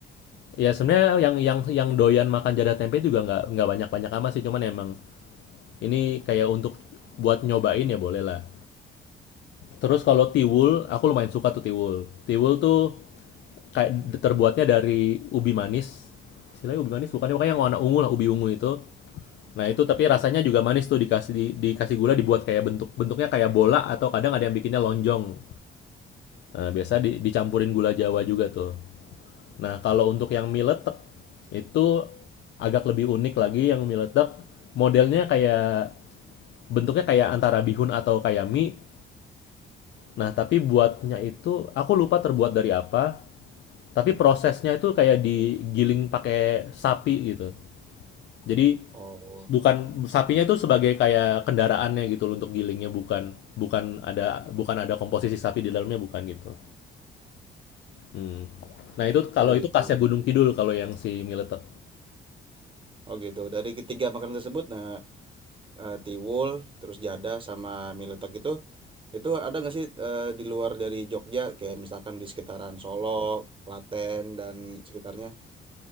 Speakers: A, on the left; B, on the right.
A: Ya sebenarnya yang yang yang doyan makan jadah tempe juga nggak nggak banyak banyak amat sih cuman emang ini kayak untuk buat nyobain ya boleh lah. Terus kalau tiwul aku lumayan suka tuh tiwul. Tiwul tuh kayak terbuatnya dari ubi manis. Istilahnya ubi manis bukannya kayak yang warna ungu lah ubi ungu itu. Nah
B: Oke.
A: itu tapi rasanya juga manis tuh dikasih di- dikasih gula dibuat kayak bentuk bentuknya kayak bola atau kadang ada yang bikinnya lonjong. Nah, biasa di- dicampurin gula Jawa juga tuh. Nah, kalau untuk yang mie letek itu agak lebih unik lagi yang mie letek modelnya kayak bentuknya kayak antara bihun atau kayak mie. Nah, tapi buatnya itu aku lupa terbuat dari apa, tapi prosesnya itu kayak digiling pakai sapi gitu. Jadi
B: Oh,
A: bukan sapinya itu sebagai kayak kendaraannya gitu loh untuk gilingnya bukan bukan ada bukan ada komposisi sapi di dalamnya bukan gitu. Hmm. Nah, itu kalau
B: oh gitu.
A: itu khasnya Gunung Kidul kalau yang si mie letek.
B: Oh gitu. Dari ketiga makanan tersebut, nah eh, tiwul, terus jadah sama mie letek itu, itu ada nggak sih eh, di luar dari Jogja, kayak misalkan di sekitaran Solo, Klaten dan sekitarnya?